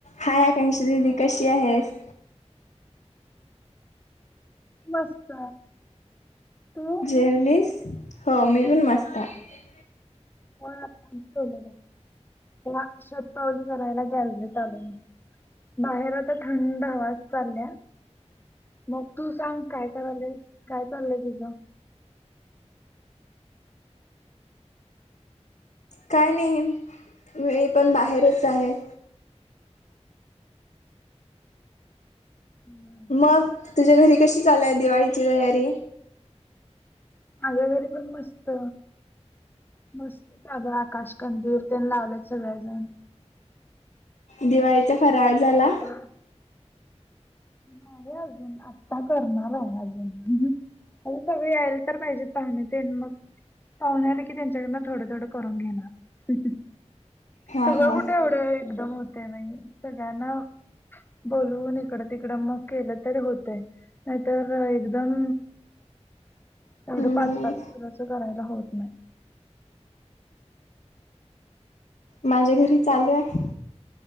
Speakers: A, on the left; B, on the left.
A: हाय आकांक्षा दिदी कशी आहेस?
B: मस्त. तू
A: जेवलीस. हो मी पण मस्त आहे.
B: हो त्याला शतपावली करायला गॅलरीत आले बाहेर आता थंड हवा चालल्या मग तू सांग काय करायलीस? काय चाललंय तुझ?
A: काय नाही मी पण बाहेरच आहे.
B: हम्म.
A: मग तुझ्या घरी कशी चालूये दिवाळीची तयारी?
B: माझ्या घरी पण मस्त. मस्त आग आकाश कंदील न ते लावलेत सगळेजण.
A: दिवाळीचा फराळ झाला.
B: तेव्हा नाही अजून आता करणार आहे अजून. आणि सगळे यायला तर पाहिजे पाहुणे ते मग पाहुणे आले कीं मग त्यांच्या कडन थोडं थोडं करून घेणार.
A: हा
B: सगळं
A: हा
B: कुठे एवढं एकदम होत.? ते नाही सगळ्यांना बोलून इकड तिकड मग केलं तरी होतय नाहीतर एकदम
A: हम्म
B: एवढे पाच पाच किलोच करायला होत नाही.
A: माझ्या घरी चालू आहे.